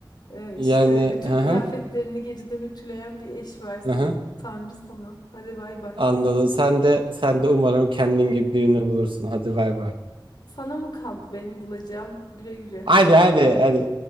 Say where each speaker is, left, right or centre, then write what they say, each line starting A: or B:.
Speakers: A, on the left; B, on the right.
A: eee,
B: Yani
A: işte bütün
B: hı
A: kıyafetlerini
B: hı,
A: geceden ütüleyen bir eş versin.
B: hı hı.
A: Tanrı sana. Hadi bay bay.
B: Anladım. Sen de sen de umarım kendin gibi birini bulursun. Hadi bay bay.
A: Sana mı kaldı benim bulacağım? Güle güle.
B: Hadi hadi hadi.